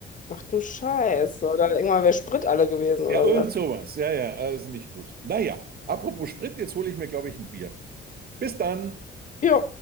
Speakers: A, on the left (about 40°); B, on the right (about 50°).
A: Ach du Scheiße.
B: Ja,
A: Oder irgendwann wäre Sprit alle gewesen
B: Ja,
A: oder
B: irgend
A: sowas.
B: sowas. Ja, ja, also nicht gut. Naja, apropos Sprit, jetzt hole ich mir, glaube ich, ein Bier. Bis dann.
A: Jo.